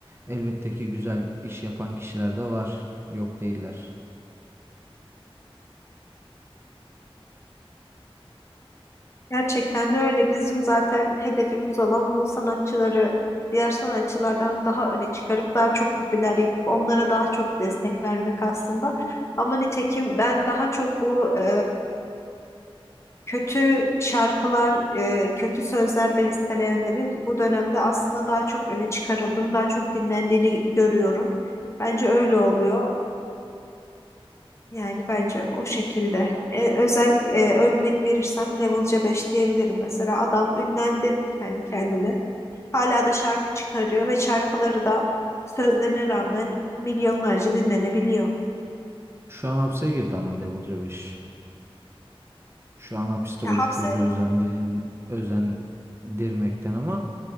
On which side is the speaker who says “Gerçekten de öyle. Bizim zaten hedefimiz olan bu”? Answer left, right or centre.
Left